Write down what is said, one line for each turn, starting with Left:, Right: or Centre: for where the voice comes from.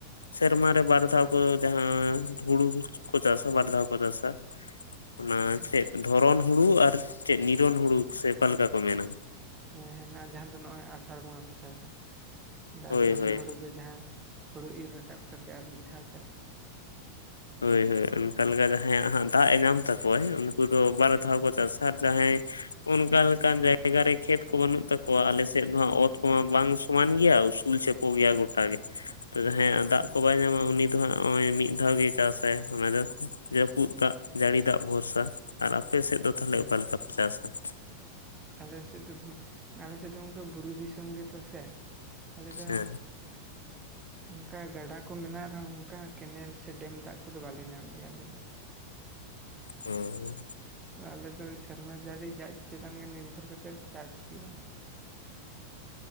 Left: ᱥᱮᱨᱢᱟ ᱨᱮ ᱵᱟᱨ ᱫᱷᱟᱣ ᱠᱚ ᱡᱟᱦᱟᱸ ᱦᱩᱲᱩ ᱠᱚ ᱪᱟᱥᱟ ᱵᱟᱨ ᱫᱷᱟᱣ ᱠᱚ ᱪᱟᱥᱟ᱾ ᱚᱱᱟ
Right: ᱦᱩᱸ
Left: ᱪᱮᱫ ᱫᱷᱚᱨᱚᱱ ᱦᱩᱲᱩ ᱟᱨ ᱪᱮᱫ ᱱᱤᱨᱚᱱ ᱦᱩᱲᱩ ᱥᱮ ᱚᱠᱟᱮᱠᱟ ᱠᱚ ᱢᱮᱱᱟ,
Right: ᱦᱮᱸ ᱦᱮᱱᱟᱜᱼᱟ ᱡᱟᱦᱟᱸ ᱫᱚ ᱱᱚᱜᱼᱚᱸᱭ ᱟᱥᱟᱲ ᱵᱚᱸᱜᱟ ᱠᱚ ᱪᱟᱥᱟ᱾ ᱫᱟᱜ
Left: ᱦᱳᱭ
Right: ᱫᱷᱚᱨᱚᱱ
Left: ᱦᱳᱭ
Right: ᱦᱩᱲᱩ ᱫᱚ ᱡᱟᱦᱟᱸ ᱦᱩᱲᱩ ᱤᱨ ᱨᱟᱠᱟᱵ ᱠᱟᱛᱮ ᱟᱨ ᱢᱤᱫ ᱫᱷᱟᱣ ᱪᱟᱥ᱾
Left: ᱦᱳᱭ ᱦᱳᱭ ᱚᱱᱠᱟ ᱞᱮᱠᱟ ᱡᱟᱦᱟᱸᱭ ᱭᱟᱜ ᱦᱟᱸᱜ ᱫᱟᱜ ᱮ ᱧᱟᱢ ᱛᱟᱠᱚᱣᱟᱭ ᱩᱱᱠᱩ ᱫᱚ ᱵᱟᱨ ᱫᱷᱟᱣ ᱠᱚ ᱪᱟᱥᱟ ᱟᱨ ᱡᱟᱦᱟᱸᱭ ᱚᱱᱠᱟ ᱞᱮᱠᱟᱱ ᱡᱟᱭᱜᱟᱨᱮ ᱠᱷᱮᱛ ᱠᱚ ᱵᱟᱹᱱᱩᱜ ᱛᱟᱠᱚᱣᱟ ᱟᱞᱮᱥᱮᱫ ᱦᱚ ᱚᱛ ᱠᱚᱢᱟ ᱵᱟᱝ ᱥᱚᱢᱟᱱ ᱜᱮᱭᱟ ᱩᱥᱩᱞ ᱪᱷᱮ ᱠᱚ ᱜᱮᱭᱟ ᱜᱚᱴᱟ ᱜᱮ ᱛᱚ ᱡᱟᱦᱟᱸᱭᱟᱜ ᱫᱟᱜ
Right: ᱦᱩᱸ
Left: ᱠᱚ ᱵᱟᱭ ᱧᱟᱢᱟ ᱩᱱᱤ ᱫᱚ ᱦᱟᱸᱜ ᱚᱸᱭ ᱢᱤᱫ ᱫᱷᱟᱣ ᱜᱮ ᱪᱟᱥᱟᱭ ᱚᱱᱟ ᱫᱚ ᱡᱟᱹᱯᱩᱫ ᱫᱟᱜ ᱡᱟᱹᱲᱤ ᱫᱟᱜ ᱵᱷᱚᱨᱥᱟ ᱟᱨ ᱟᱯᱮ ᱥᱮᱫ ᱫᱚ ᱛᱟᱦᱞᱮ
Right: ᱦᱩᱸ
Left: ᱚᱠᱟ ᱞᱮᱠᱟ? ᱪᱟᱥ ᱠᱷ
Right: ᱟᱞᱮ ᱥᱮᱫ ᱫᱚ ᱟᱞᱮ ᱥᱮᱫ ᱫᱚ ᱚᱱᱠᱟ ᱵᱩᱨᱩ ᱫᱤᱥᱚᱢ ᱜᱮᱛᱚ ᱥᱮ ᱾ ᱟᱞᱮ ᱫᱚ
Left: ᱦᱮᱸ
Right: ᱚᱱᱠᱟ ᱜᱟᱰᱟ ᱠᱚ ᱢᱮᱱᱟᱜ ᱨᱮᱦᱚᱸ ᱚᱱᱠᱟ ᱠᱮᱱᱮᱞ ᱥᱮ ᱰᱮᱢ ᱫᱟᱜ ᱠᱚᱫᱚ ᱵᱟᱞᱮ ᱧᱟᱢ ᱜᱮᱭᱟ ᱟᱞᱮ ᱫᱚ
Left: ᱦᱚᱸ
Right: ᱟᱞᱮᱫᱚ ᱥᱮᱨᱢᱟ ᱫᱟᱹᱲᱮ ᱡᱟᱜ ᱪᱮᱛᱟᱱ ᱜᱮ ᱱᱤᱨᱵᱷᱚᱨ ᱠᱟᱛᱮ ᱞᱮ ᱪᱟᱥ ᱜᱮᱭᱟ